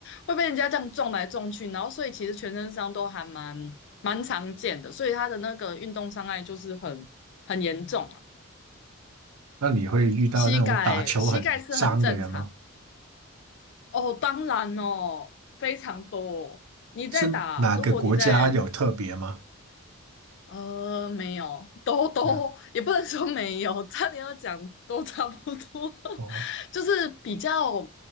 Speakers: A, on the left; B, on the right.
A: 会被人家这样撞来撞去，然后所以其实全身伤都还蛮蛮常见的，所以他的那个运动伤害就是很很严重啊。
B: 那你会遇到那种打球很脏的人吗？
A: 膝盖膝盖是很正常哦，当然哦，非常多哦你在打，
B: 是哪个国家有特别吗？
A: 如果你在呃，没有，都都也不能说没有，
B: 没有。
A: 差点要讲都差不多，<laughs>
B: 哦，
A: 就是比较，